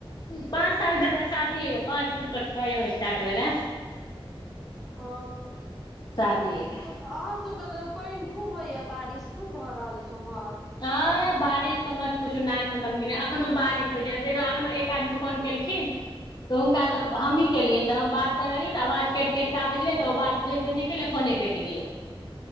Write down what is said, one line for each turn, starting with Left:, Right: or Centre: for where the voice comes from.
Left: पाँच साल भेलै शादी ह पाँच पुर क छ स्टार्ट भेल
Centre: ओ
Left: शादी ऐ क
Centre: अहाँ सब के तऽ पानि खूब होइया बारिश खूब भऽ रहल अछि उम्हर
Left: तै बारिश तऽ मत पूछु नाक मे दम केने य एखनो बारिश होइ छै एखनो एक आदमी फोन केल खिन तऽ हुनका सब हमही केलियनि तऽ हम बात करलियै तऽ आवाज कटि कटि आब छलै तऽ ओ बात भेबे नहि केलै फोने कटि गेलै